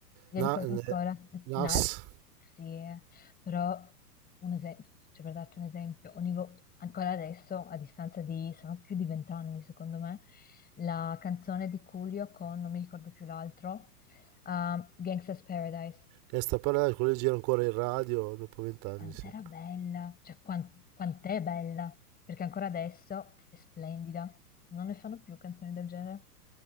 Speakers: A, on the left; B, on the right.
A: Io
B: Na-
A: ricordo
B: ne-
A: ancora
B: Nas,
A: Nas, sì, eh, però un esempio, cioè per darti un esempio, ogni vo- ancora adesso, a distanza di, sono più di vent'anni secondo me, la canzone di Coolio con, non mi ricordo più l'altro, um, Gangsta's Paradise.
B: che sta parlando, quello gira ancora in radio dopo vent'anni,
A: Quant'era
B: sì.
A: bella, cioè quan- quant'è bella, perché ancora adesso è splendida. Non ne fanno più canzoni del genere.